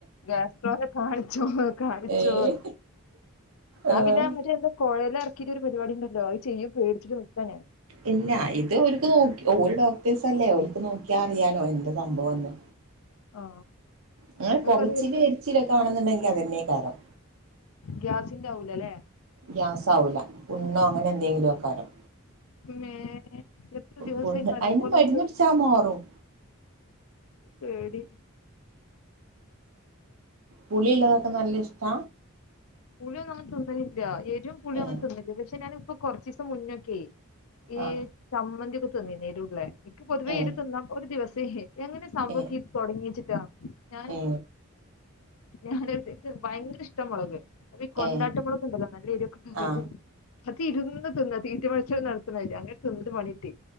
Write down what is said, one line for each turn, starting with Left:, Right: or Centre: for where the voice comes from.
Left: ഗ്യാസ്ട്രോനെ കാണിച്ചോ കാണിച്ചോന്ന്
Right: ഏഹ്
Left: ഞാൻ
Right: ആഹ്
Left: പിന്നെ അവര് എന്താ കോഴൽ എറക്കീട്ട് ഒര് പരിപാടി ഇണ്ടല്ലോ അയ് ചെയ്യോ പേട്ച്ച്ട്ട് നിക്കാണ് ഞാൻ
Right: ഇല്ല ഇത് ഒര്ക്ക് നോക്കി ഓൽ ഡോക്ടേസ് ത്ത് അല്ലേ ഒൽക്ക് നോക്കിയാ അറിയാലോ എന്താ സംഭവംന്ന്
Left: ആ
Right: അങ്ങനെ
Left: ഇങ്ങക്ക്
Right: പുകച്ചില്
Left: അത് എത്ര
Right: എരിച്ചിലൊക്കെ ആണെന്നുണ്ടെങ്കിൽ അതന്നെക്കാരം
Left: ഗ്യാസിന്റാവൂല ലെ
Right: ഗ്യാസ് ആവൂലാ പുണ്ണോ അങ്ങനെ എന്തെങ്കിലും ആക്കാരം
Left: മേ എത്ര ദിവസായി
Right: പുണ്ണ്
Left: നല്ലപോലെ
Right: അയിന് മര്ന്ന് കുട്ച്ചാ മാറും
Left: ശരി.
Right: പുളിള്ളതൊക്കെ നല്ല ഇഷ്ട?
Left: പുളിയൊന്നും അങ്ങെ തിന്നുന്നില്ല എരിവും പുളിയും
Right: ഏ
Left: അങ്ങന തിന്നുന്നില്ല പക്ഷെ ഞാനിപ്പോ കൊറച്ച ദിവസം മുന്നോക്കെ ഈ
Right: ആ
Left: ചമ്മന്തി ഒക്കെ തിന്നില്ലേ എരുള്ളേ എനിക്ക് പൊതുവേ
Right: ഏ
Left: എരു തിന്നാം ഒരു ദിവസേ <unintelligible>
Right: ഏ ഏ
Left: ഞാന ഭയങ്കര ഇഷ്ടമുളക്. അപ്പൊ ഈ കൊണ്ടാട്ട
Right: ഏ
Left: മുളകുണ്ടല്ലോ നല്ല <unintelligible>
Right: ആ
Left: അത് ഇരുന്ന് തിന്ന് തീറ്റമത്സരം നടത്തുന്നതി അങ്ങനെ തിന്നിട്ട് പണി കിട്ടി.